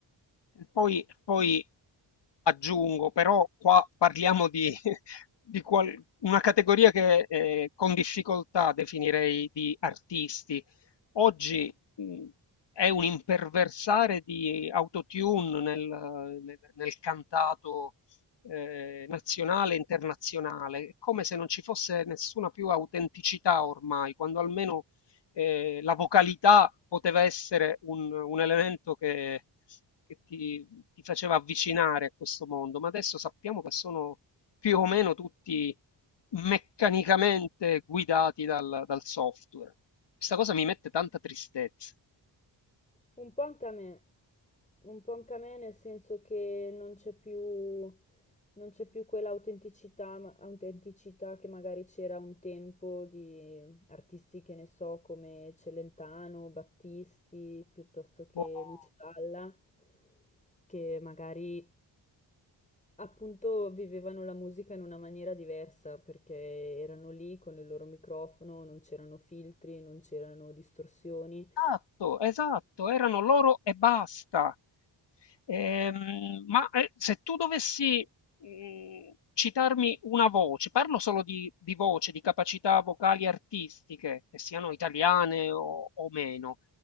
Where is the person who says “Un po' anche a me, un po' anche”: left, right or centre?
Left